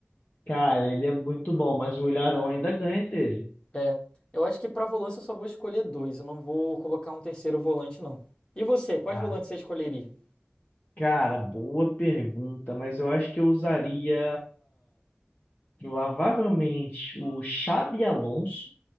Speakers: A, on the left; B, on the left.
A: Cara, ele é muito bom, mas o Ilharão ainda ganha dele.
B: É, eu acho que pra volante eu só vou escolher dois. Eu não vou colocar um terceiro volante, não. E você, quais
A: Ah,
B: volantes você escolheria?
A: cara, boa pergunta, mas eu acho que eu usaria provavelmente o Xabi Alonso